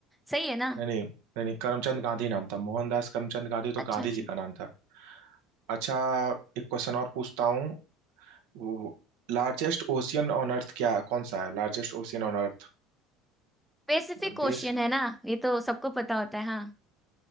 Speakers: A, in the centre; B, on the right (about 70°).
A: सही है ना
B: नहीं नहीं नहीं नहीं करमचंद गांधी नाम था मोहनदास करमचंद गांधी तो
A: अच्छा
B: गांधी
A: अच्छा
B: जी का नाम था अच्छा एक क्वेश्चन और पूछता हूँ वो लार्जेस्ट ओशियन ऑन अर्थ क्या कौन सा है Largest ocean on Earth
A: स्पेसिफिक
B: देश
A: क्वेश्चन है ना ये तो सबको पता होता है हाँ